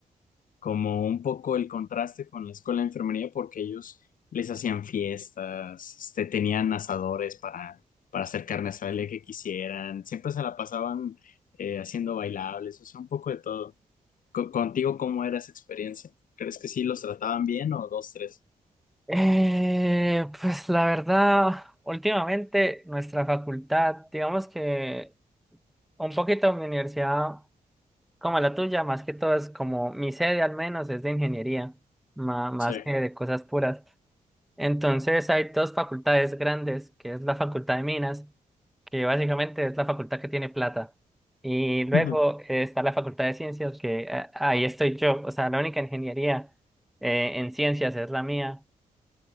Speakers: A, on the left (about 85°); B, in the centre.
A: como un poco el contraste con la escuela de enfermería porque ellos les hacían fiestas, este, tenían asadores para, para hacer carne asada el día que quisieran, siempre se la pasaban eh, haciendo bailables, o sea, un poco de todo. Co- contigo, ¿cómo era esa experiencia? ¿Crees que sí los trataban bien o dos, tres?
B: Eh, pues la verdad, últimamente nuestra facultad, digamos que un poquito mi universidad, como la tuya, más que todo es como mi sede al menos es de ingeniería, ma- más
A: Sí.
B: que de cosas puras. Entonces hay dos facultades grandes, que es la Facultad de Minas, que básicamente es la facultad que tiene plata. Y luego
A: <laughs>
B: eh, está la Facultad de Ciencias, que eh, ahí estoy yo. O sea, la única ingeniería eh, en ciencias es la mía.